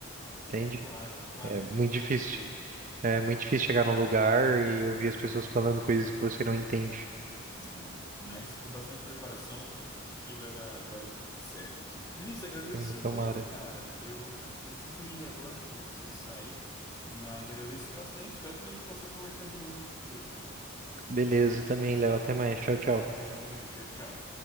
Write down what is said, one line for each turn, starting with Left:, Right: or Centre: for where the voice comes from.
Right: entende?
Left: Claro, claro,
Right: É muito
Left: entendo,
Right: difícil.
Left: com certeza.
Right: É muito difícil chegar num lugar e ouvir as pessoas falando coisas que você não entende.
Left: né? Mas com bastante preparação, acho que vai dar, vai dar tudo certo. Vinícius, agradeço
Right: Hum,
Left: o seu
Right: Tomara.
Left: tempo, cara. Eu preciso ir agora, eh, preciso sair, mas agradeço bastante. Espero que a gente possa conversar de novo no futuro.
Right: Beleza, também, Léo. Até mais. Tchau, tchau.
Left: Até mais, meu amigo. Tchau, tchau.